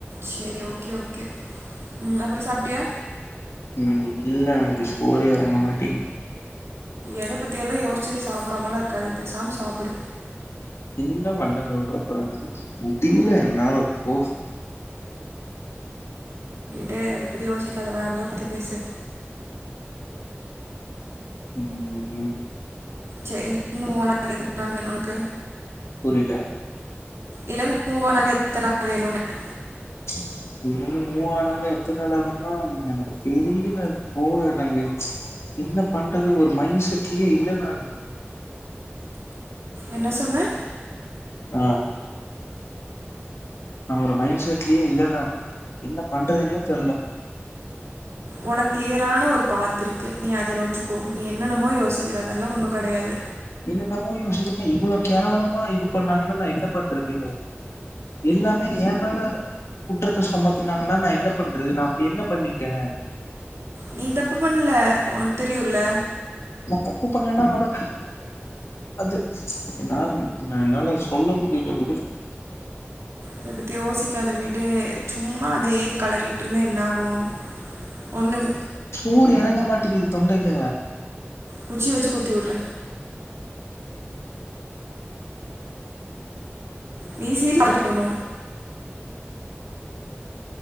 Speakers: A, on the right; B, on the left.
A: சேரி ஓகே ஓகே ம் அப்றோ சாப்டியா
B: உ இல்ல எனக்கு சோறே இறங்க மாட்டி
A: எத பத்தில்ல யோசிச்சுட்டு சாப்பிடாமல இருக்காதே பேசாம சாப்பிடு
B: என்ன பண்ண சொல்ற அப்றோ எனக்கு முடியல என்னால போ
A: டு அத பத்த யோசிக்காத வேறதோ பத்தி பேசு
B: ம்
A: சரி இன்னு மூ ஓனா எது நாள் வேணு உனக்கு
B: புரில
A: இல்லை மூ ஒணக எத்தன வேநும் உனக்கு
B: <unintelligible> இந்து மூவ் ஆண் அகனுன எத்தன நள் ஆன்னா எனக்கு தெரியல போ எனக்கு என்ன பண்றது ஒரு மைண்ட் செட்லயே இல்ல நாநு
A: என்ன சொன்ன
B: ஆ நா ஒரு மைண்ட்சேட்லஏ இல்லனாநு என்ன பண்றதுனே தெரில
A: உனகு கிளியரான ஒரு பாத்து இருக்கு நீ அத நோக்கி போ நீ என்னன்னமோ யோசிக்கிற அதெல்லா ஒன்னு கிடையாது
B: என்னன்னமோ யோசிக்றாக இவ்ளோ கேவலமா இது பண்ணாங்கனா நா என்ன பண்றது எல்லாமே ஏ மேல குற்றத்த சுமத்துனாங்கனா நா என்ன பண்றது நா அப்டி என்ன பண்ணிட்ட
A: நீ தப்பு பண்ணல உனக்கு தெரியுல்ல
B: நா தப்பு பண்ணலனா அவ அது நா என்னால சொல்ல முடில விடு
A: அத பத்தி யோசிக் அத விடு சும்மா அதயே கலறிட்ருந்தா என்ன ஆகும் ஒண்ணும்
B: ஊர் எறங்க மாட்டிங்கிது தொண்டையில
A: குச்சி வச்சி குத்தி உட்ற நீ <unintelligible> அப்படி போனு